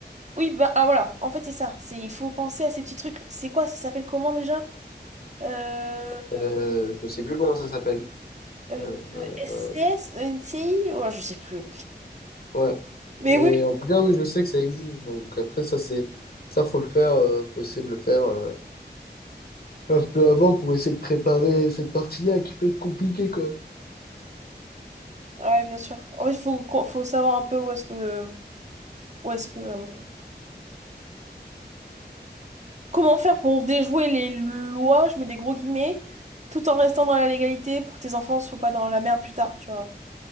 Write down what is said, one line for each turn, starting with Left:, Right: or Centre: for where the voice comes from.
Right: Oui, bah ah, voilà, en fait, c'est ça. C'est, il faut penser à ces petits trucs. C'est quoi? Ça s'appelle comment déjà? Euh,
Left: Euh, je sais plus comment ça s'appelle.
Right: une
Left: Euh,
Right: SCS?
Left: euh,
Right: Une CI? Oh, je sais plus.
Left: ouais.
Right: Mais
Left: Mais
Right: oui.
Left: en tout cas, oui, je sais que ça existe. Donc après, ça, c'est, ça, faut le faire, euh, faut essayer de le faire, euh, un peu avant pour essayer de préparer cette partie-là qui peut être compliquée, quoi.
Right: Ouais, bien sûr. Ouais, il faut, qu'on- faut savoir un peu où est-ce que, où est-ce que, euh, comment faire pour déjouer les lois, je mets des gros guillemets, tout en restant dans la légalité pour que tes enfants soient pas dans la merde plus tard, tu vois.